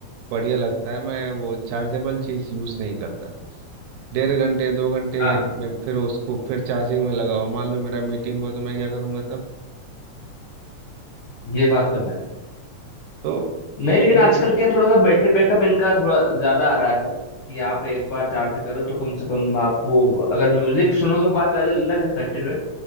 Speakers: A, on the right; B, on the left.
A: बढ़िया लगता है मैं वो चार्जेबल चीज़ यूज़ नहीं करता डेढ़ घंटे दो घंटे
B: हाँ
A: में फिर उसको फिर चार्जिंग में लगाओ मान लो मेरा मीटिंग हुआ तो मैं क्या करूँगा तब
B: ये बात
A: है
B: तो
A: ना
B: है
A: तो
B: नहीं लेकिन
A: यही
B: आजकल
A: है
B: क्या थोड़ा सा बैटरी बैकअप इनका थोड़ा ज्यादा आ रहा है कि आप एक बार चार्ज करो तो कम से कम आप वो अगर म्यूजिक सुनोगे वो बात अलग अलग है कंटिन्यू